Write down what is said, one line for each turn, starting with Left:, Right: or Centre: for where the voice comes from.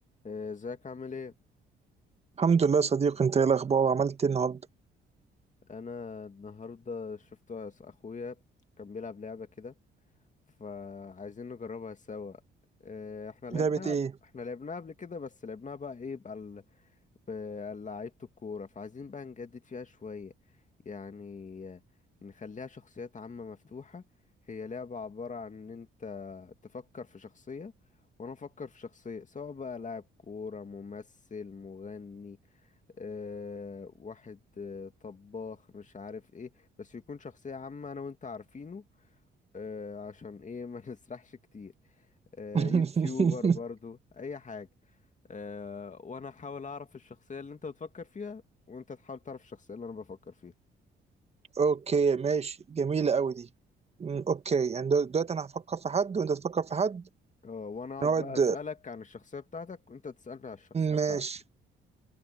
Left: آه، ازيك عامل ايه
Right: الحمد لله يا صديقي انت ايه الاخبار عملت ايه النهارده
Left: انا النهارده شفت أس- اخويا كان بيلعب لعبه كده فعايزين نجربها سوا آه، احنا
Right: لعبه
Left: لعبناها
Right: ايه
Left: احنا لعبناها قبل كده بس لعبناها بقى ايه بقى ال- بلعيبه الكوره فعايزين بقى نجدد فيها شويه يعني آه، نخليها شخصيات عامه مفتوحه هي لعبه عباره عن ان انت تفكر في شخصيه وانا افكر في شخصيه سواء بقى لاعب كوره ممثل مغني آه واحد آه طباخ مش عارف ايه بس يكون شخصية عامة انا وانت عارفينه آه عشان ايه ما <laughs> نسرحش كتير آه
Right: <laughs>
Left: يوتيوبر برضو اي حاجة آه وانا احاول اعرف الشخصية اللي انت بتفكر فيها وانت تحاول تعرف الشخصية اللي انا بفكر فيها
Right: اوكي ماشي جميله قوي دي مم، اوكي يعني دل- دلوقتي انا هفكر في حد وانت تفكر في حد
Left: اه وانا اقعد
Right: نقعد
Left: بقى اسألك عن الشخصية بتاعتك وانت تسألني عن الشخصية بتاعتي
Right: ماشي